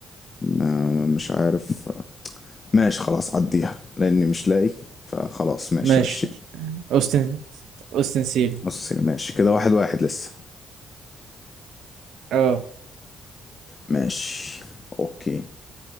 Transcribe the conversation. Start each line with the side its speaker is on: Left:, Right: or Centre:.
Left: آه، مش عارف ماشي خلاص عديها لاني مش لاقي فخلاص ماشي
Right: ماشي
Left: ماشي
Right: اوستن أوستن سيري
Left: اساسين ماشي كده واحد واحد لسه
Right: اه
Left: ماشي اوكي